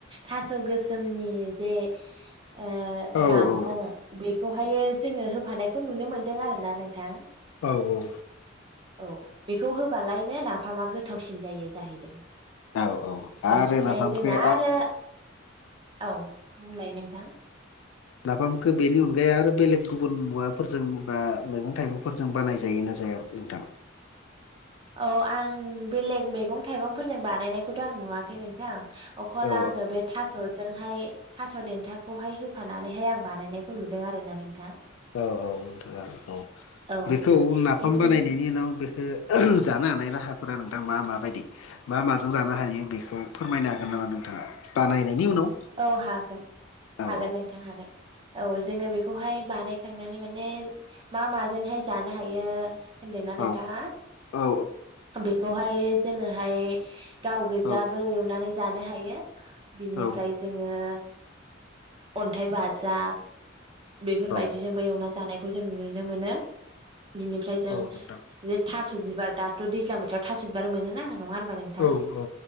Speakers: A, on the right; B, on the left.
A: थास' गोसोमनि जे ओ
B: औ
A: गांखं
B: औ
A: बेखौहाय जोङो होफानायखौ नुनो मोनदों आरो ना नोंथां
B: औ औ
A: औ बेखौ होबालायनो नाफामा गोथावसिन जायो जाहैदों
B: औ औ
A: बिनिफ्राय
B: आरो नाफामखौ
A: जोङो आरो औ बुंलाय नोंथां
B: नाफामखो बेनि अनगायै आरो बेलेग गुबुन मुवाफोरजों बा मैगं थाइगंफोरजों बानायजायोना जाया नोंथां
A: औ आं बेलेग मैगं थाइगंफोरजों बानायनायखौथ' आं नुवाखै नों नोंथां अखल
B: औ
A: आङो बे थास'जोंहाय थास' देन्थाखौहाय होफानानैहाय आं बानायनायखौ नुदों आरोना नोंथां
B: अ औ नोंथां औ
A: औ
B: बेखौ नाफाम
A: बिनि
B: बानायनायनि उनाव बे खौ जानो हानाय राहाफोरा नोंथां मा मा बायदि बा माजों जानो हायो बेखौ फोरमायनो हागोन नामा नोंथांआ बानायनायनि उनाव
A: औ हागोन
B: औ
A: हागोन नोंथां हागोन औ जोङो बेखौहाय बानायखांनानै माने मा माजोंहाय जानो हायो होनदोंना
B: औ
A: नोंथांआ
B: औ
A: बेखौहाय जोङोहाय गाव गोजाबो
B: औ
A: एवनानै जानो हायो बिनिफ्राय
B: औ
A: जोंङो अन्थाइ बाजाब बेफोरबायदिजों
B: औ
A: बो एवना जानायखौ जों नुनो मोनो बिनिफ्राय जों
B: औ नोंथां
A: बेे थास' बिबार दाथ' दैज्लां बोथोराव थास' बिबार मोनोना नंङा होनबा नों नोंथां
B: औ औ